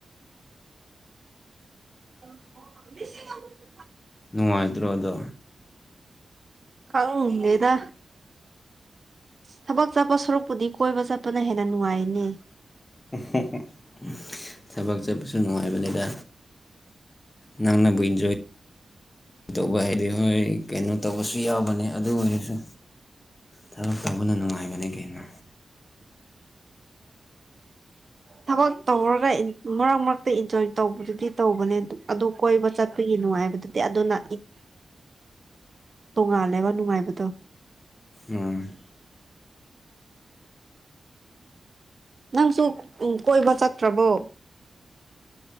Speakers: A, on the right (about 35°); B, on the left (about 20°).
A: <unintelligible>
B: ꯅꯨꯡꯉꯥꯏꯇ꯭ꯔꯣ ꯑꯗꯣ
A: ꯈꯪꯗꯦꯗ ꯊꯕꯛ ꯆꯠꯄ ꯁꯔꯨꯛꯄꯨꯗꯤ ꯀꯣꯏꯕ ꯆꯠꯄꯅ ꯍꯦꯟꯅ ꯅꯨꯡꯉꯥꯏꯅꯤ
B: <unintelligible> ꯊꯕꯛ ꯆꯠꯄꯁꯨ ꯅꯨꯡꯉꯥꯏꯕꯅꯤꯗ ꯅꯪꯅꯕꯨ ꯏꯟꯖꯣꯏ ꯇꯧꯕ ꯍꯩꯗꯤ ꯍꯣꯏ ꯀꯩꯅꯣ ꯇꯧꯕꯁꯨ ꯌꯥꯎꯕꯅꯦ ꯑꯗꯨ ꯑꯣꯏꯔꯁꯨ ꯊꯕꯛ ꯇꯧꯕꯅ ꯅꯨꯡꯉꯥꯏꯕꯅꯦ ꯀꯩꯅꯣ
A: ꯊꯕꯛ ꯇꯧꯔꯒ ꯏꯟ ꯃꯔꯛ ꯃꯔꯛꯇ ꯏꯟꯖꯣꯏ ꯇꯧꯕꯗꯨꯗꯤ ꯇꯧꯕꯅꯦ ꯑꯗꯨ ꯀꯣꯏꯕ ꯆꯠ ꯑꯗꯨꯒꯤ ꯅꯨꯡꯉꯥꯏꯕꯗꯨꯗꯤ ꯑꯗꯨꯅ ꯏꯠ ꯇꯣꯡꯉꯥꯜꯂꯦꯕ ꯅꯨꯡꯉꯥꯏꯕꯗꯣ
B: ꯎꯝ
A: ꯅꯪꯁꯨ ꯎ ꯀꯣꯏꯕ ꯆꯠꯇ꯭ꯔꯕꯣ